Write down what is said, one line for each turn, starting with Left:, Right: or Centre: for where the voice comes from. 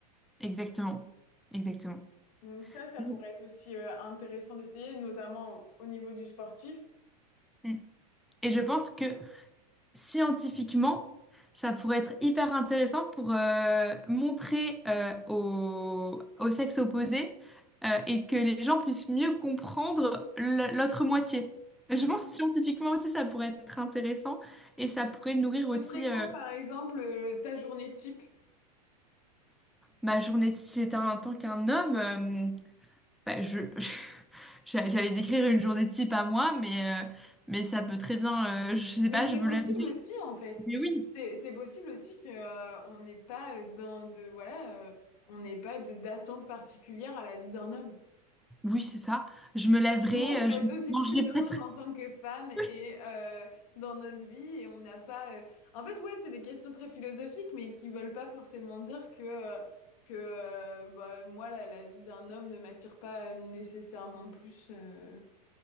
Centre: Exactement, exactement.
Left: Donc ça, ça
Centre: Mm,
Left: pourrait être aussi euh, intéressant d'essayer, notamment au, au niveau du sportif.
Centre: mm. Et je pense que scientifiquement, ça pourrait être hyper intéressant pour euh, montrer euh, au, au sexe opposé euh, et que les gens puissent mieux comprendre l- l'autre moitié. Je
Left: Hmm.
Centre: pense que scientifiquement aussi, ça pourrait être intéressant et ça pourrait nourrir
Left: Ce
Centre: aussi
Left: serait quoi,
Centre: euh,
Left: par exemple, euh, ta journée type?
Centre: Ma journée, si c'était en tant qu'un homme, euh, bah, je, <laughs> j'a- j'allais décrire une journée type à moi, mais, euh, mais ça peut très bien, euh, je sais
Left: Mais
Centre: pas,
Left: c'est
Centre: je me
Left: possible
Centre: lèverai.
Left: aussi, en fait.
Centre: Mais oui,
Left: C'est c'est possible aussi que euh, on n'est pas euh, dans de voilà, euh, on n'est pas de d'attente particulière à la vie d'un homme.
Centre: oui, c'est ça. Je me lèverai,
Left: Nous, on peut
Centre: euh, je
Left: être aussi
Centre: mangerai
Left: très heureuse
Centre: peut-être.
Left: en tant que femme et
Centre: <laughs>
Left: euh, dans notre vie et on n'a pas. euh, En fait, ouais, c'est des questions très philosophiques, mais qui veulent pas forcément dire que euh, que euh, bah, moi la, la vie d'un homme ne m'attire pas euh, nécessairement plus euh,